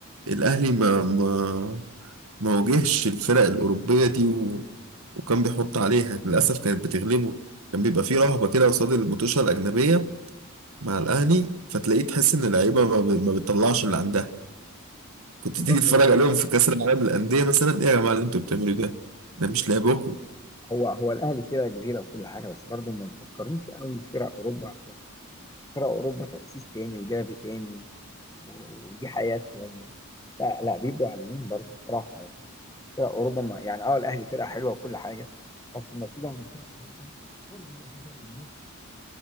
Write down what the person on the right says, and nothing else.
الاهلي ما ما ما واجهش الفرق الأوروبية دي و... وكان بيحط عليها للأسف كانت بتغلبه كان بيبقى فيه رهبة كده قصاد الماتشات الأجنبية مع الأهلي فتلاقيه تحس إن اللعيبة ما, ب... ما بتطلعش اللي عندها كنت
تيجي تتفرج عليهم في كأس العالم للأندية مثلا إيه يا جماعة اللي أنتوا بتعملوه ده ده مش لعبكم